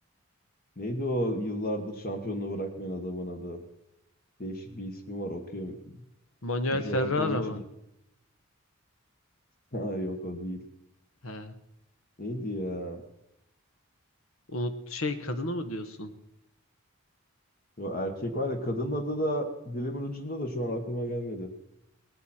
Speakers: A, on the left; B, on the left.
A: Neydi o yıllardır şampiyonluğu bırakmayan adamın adı? Değişik bir ismi var okuyor.
B: Manuel
A: Javakovic
B: Ferrara mı?
A: mi? <laughs> Ha yok o değil.
B: He.
A: Neydi ya?
B: Unut şey kadını mı diyorsun?
A: Yo, erkek var ya kadının adı da dilimin ucunda da şu an aklıma gelmedi.